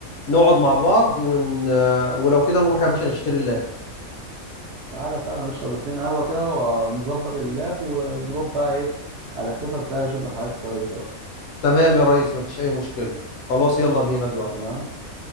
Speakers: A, on the left; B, on the right.
A: نقعد مع بعض ون... آه، ولو كده نروح يا باشا نشتري اللاب
B: تعالى سهلا نشرب اتنين قهوة كده ونظبط اللاب ونروح بقى ايه هلففك بقى اشوف لك حاجات كويسة بقى
A: تمام يا ريس مفيش اي مشكله خلاص يلا بينا دلوقتي
B: تمام